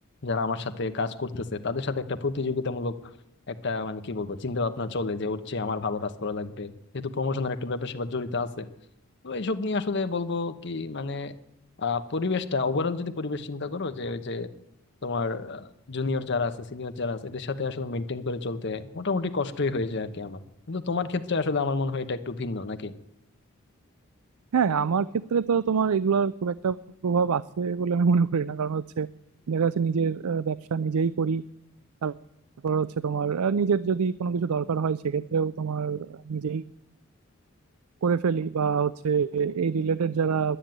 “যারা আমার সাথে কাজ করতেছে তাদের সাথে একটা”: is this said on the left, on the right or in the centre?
Left